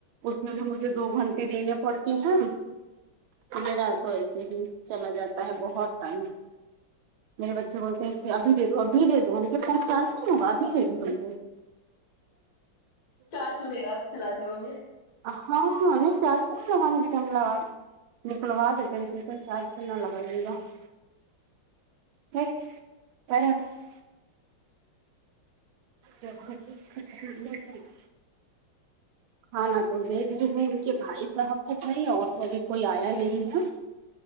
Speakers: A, on the right (about 85°); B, on the left (about 70°).
A: اس میں بھی مجھے دو گھنٹے دینے پڑتے ہیں تو میرا
B: اچھا
A: تو ایسے ہی چلا جاتا ہے بہت ٹائم میرے بچے بولتے ہیں کہ اب دے دو اب دے دو ہم کے فون چارج نہیں ہوگا ابھی دے دوں <unintelligible>
B: چارج پے مگا چلاتے ہوں گے
A: <unintelligible> نکلواتے <unintelligible> <unintelligible> <unintelligible> کھانا تو دے دیے ہوئے ان کے بھائی صاحب کو کھائی اور تو ابھی کوئی آیا نہیں ہے